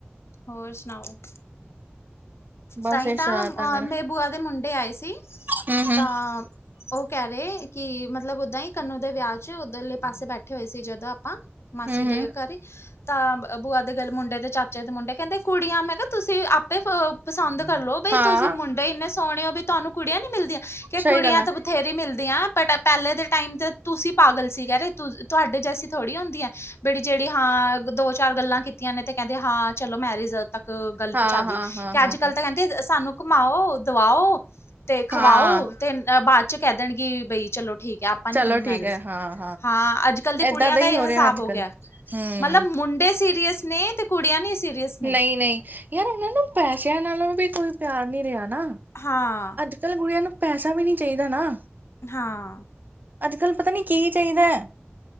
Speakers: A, on the left (about 80°); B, on the right (about 45°).
A: ਹੋਰ ਸੁਣਾਓ
B: ਬਸ
A: ਤਹੀ
B: ਇਹ
A: ਤਾਂ
B: ਸ਼ਰਾਰਤਾਂ
A: ਅ
B: ਕਰ
A: ਮੇਰੇ ਬੂਆ ਦੇ ਮੁੰਡੇ ਆਏ ਸੀ
B: ਹੂੰ ਹੂੰ
A: ਤਾਂ ਉਹ ਕਹਿ ਰਹੇ ਕਿ ਮਤਲਬ ਓਦਾਂ ਹੀ ਕੰਨੂੰ ਦੇ ਵਿਆਹ ਚ ਉਧਰਲੇ ਪਾਸੇ ਬੈਠੇ ਹੋਏ ਸੀ ਜਦੋਂ ਆਪਾਂ ਮਾਸੀ
B: ਹੂੰ ਹੂੰ
A: ਦੇ ਘਰੀਂ ਤਾਂ ਬੂਆ ਦੇ ਗਲ ਮੁੰਡੇ ਤੇ ਚਾਚੇ ਦੇ ਮੁੰਡੇ ਕਹਿੰਦੇ ਕੁੜੀਆਂ ਮੈਂ ਕਿਹਾ ਤੁਸੀਂ ਆਪੇ ਪਸੰਦ ਕਰ ਲੋ ਬਈ
B: ਹਾਂ
A: ਤੁਸੀਂ ਮੁੰਡੇ ਇੰਨੇ ਸੋਹਣੇ ਹੋ ਵੀ ਤੁਹਾਨੂੰ ਕੁੜੀਆਂ ਨੀ ਮਿਲਦੀਆਂ ਕਿ
B: ਸਹੀ
A: ਕੁੜੀਆਂ
B: ਗੱਲ ਹੈ
A: ਤਾਂ ਬਥੇਰੀ ਮਿਲਦੀਆਂ ਬਟ ਪਹਿਲੇ ਦੇ ਟਾਈਮ ਤੇ ਤੁਸੀਂ ਪਾਗਲ ਸੀ ਕਹਿ ਰਹੇ ਤੁਹਾਡੇ ਜੈਸੀ ਥੋੜ੍ਹੀ ਹੁੰਦੀ ਆ ਬੜੀ ਜਿਹੜੀ ਹਾਂ ਦੋ ਚਾਰ ਗੱਲਾਂ ਕੀਤੀਆਂ ਨੇ ਤੇ ਕਹਿੰਦੇ ਹਾਂ ਚਲੋ ਮੈਰਿਜ ਤੱਕ ਗੱਲ
B: ਹਾਂ
A: ਪਹੁੰਚਾ ਦੀ
B: ਹਾਂ ਹਾਂ
A: ਕਿ
B: ਹਾਂ
A: ਅੱਜ ਕੱਲ੍ਹ
B: ਹਾਂ
A: ਤਾਂ ਕਹਿੰਦੇ ਸਾਨੂੰ ਘੁਮਾਓ ਦਵਾਓ ਤੇ ਖਵਾਓ
B: ਹਾਂ
A: ਅਤੇ ਬਾਅਦ ' ਕਹਿ ਦੇਣਗੇ ਬਈ ਚਲੋ ਠੀਕ ਹੈ ਆਪ ਆਪਾਂ
B: ਚਲੋ
A: ਨੀ ਕਰਨੀ ਮੈਰਿਜ
B: ਠੀਕ ਹੈ ਹਾਂ
A: ਹਾਂ ਅੱਜ ਕੱਲ ਦੇ
B: ਏਦਾਂ
A: ਕੁੜੀਆਂ ਦਾ
B: ਹੀ
A: ਇਹ ਹਿਸਾਬ
B: ਰਿਹਾ ਅੱਜ
A: ਹੋ
B: ਕੱਲ
A: ਗਿਆ
B: ਹੂੰ
A: ਮਤਲਬ ਮੁੰਡੇ ਸ ਸੀਰੀਅਸ ਨੇ ਤੇ ਕੁੜੀਆਂ ਨੀ ਸੀਰੀਅਸ ਨੇ
B: ਨਹੀਂ ਨਹੀਂ ਯਾਰ ਉਹਨਾਂ ਨੂੰ ਪੈਸਿਆਂ ਨਾਲ ਉਹਨ ਨੂੰ ਵੀ ਕੋਈ ਪਿਆਰ ਨਹੀਂ ਰਿਹਾ ਨਾ
A: ਹਾਂ
B: ਅੱਜ ਕੱਲ ਕੁੜੀਆਂ ਨੂੰ ਪੈਸਾ ਵੀ ਨਹੀਂ ਨਾ ਚਾਹੀਦਾ ਹੈਗਾ
A: ਹਾਂ
B: ਅੱਜ ਕਲ ਪਤਾ ਨੀ ਕੀ ਚਾਹੀਦਾ ਹੈ